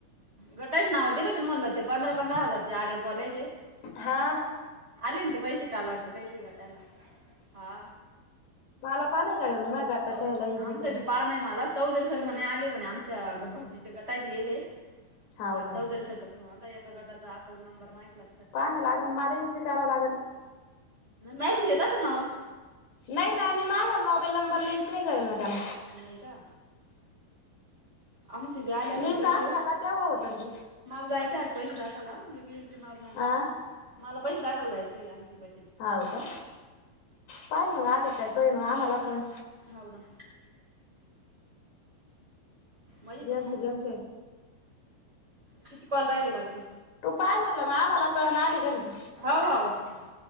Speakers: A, on the right; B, on the left.
A: गटाचे नाव दिल होते म्हणलं ते पंधरा पंधरा हजार आरेएफ वाल्याचे. हम्म
B: हा
A: आले ना ते पैसे काल वाटत काही काय गटाला आले हा
B: मला पा नाही गाड्या मग माझ्या गटाच्या
A: हॅलो
B: ह्याला एंट्री
A: आमच
B: कर.
A: भी पार नाही मलाच चौधरी सर म्हणे आले म्हणे आमच्या भटजीच्या गटाचे येले
B: हाव
A: काल
B: का?
A: चौधरी सर हो आता एका गटाचा अकाउंट नंबर माघितला.
B: पान लागन मलां यांची कराव लागल
A: मेसेज येत असेल ना हो
B: नाही ना मी माझा मोबाईल नंबर लिंक नाही करेल ना त्याला
A: नाही का? आमचे बी आले असल
B: लिंक
A: पैसे
B: असला का तेव्हा होत ना ते.
A: मला जायचं आज पैसे टाकायला मी एंट्री मारून आणते
B: आ
A: मला पैसे टाकायला जायचे आमचे पण
B: होव का पाय मग आले काय तोय मग आम्हाला कळल.
A: होव ना, मजेत
B: ज्यानं
A: ये ना मग
B: च ज्यांच.
A: कितीकॉल राहिले बाकी.
B: तू पाय म्हणल ला मग आम्हाला कळन आले का धीथ
A: हा भाऊ हा